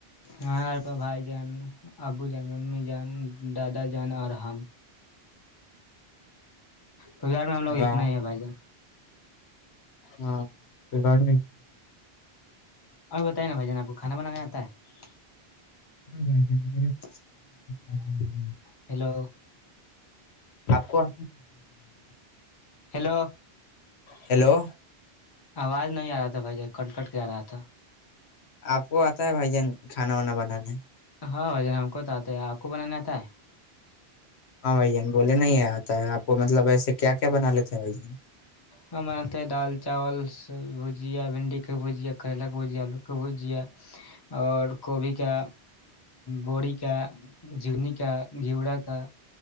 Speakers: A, on the left; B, on the left.
A: ہاںار پ بھائی جان ابو جان ممی جان دادا جان اور ہم کوار میں ہم لگ
B: واہ،
A: اتنا ہی ہیں بھائی جان
B: ہاں ریکارڈ
A: اور بتے نا بھائی جان آپ کو کھانا بنانے آتا ہے
B: ہاں بھائی جان
A: <unintelligible>
B: ا ہ
A: ہیلو
B: آپ کو ہ
A: ہیلو
B: ہیلو
A: آواز نہیں آ رہا تھا بھائی ج کٹ کٹ کے آ رہا تھا
B: آپ کو آتا ہے بھائی جان کھانا وانا بنانے
A: ہاں بھائی ج ن ہم کوتاتے آ کوو بنا تھا ہے
B: ہاں بھائی جان بولے نہیں آتا ہے آپ کو مطلب ایسے کیا کیا بنا لیتے ہیں بھ جان
A: ہم بناتے ہیں دال چاول س بھجیا بھنڈی کی بھجیا کریلا کی بجیا آلو کی بھجیا اور کوبھی کے بڑی کے جگنی کا گھیوورا کا